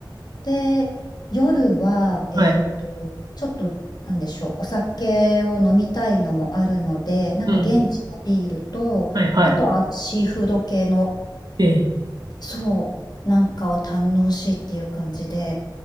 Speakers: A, on the left (about 55°); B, on the right (about 55°).
A: で、夜は、えーっと、
B: はい。
A: ちょっと、なんでしょう、お酒を飲みたいのもあるので、なんか現地のビールと、
B: うん。はいはい。
A: あとはシーフード系の、
B: ええ。
A: そう、なんかを堪能しっていう感じで、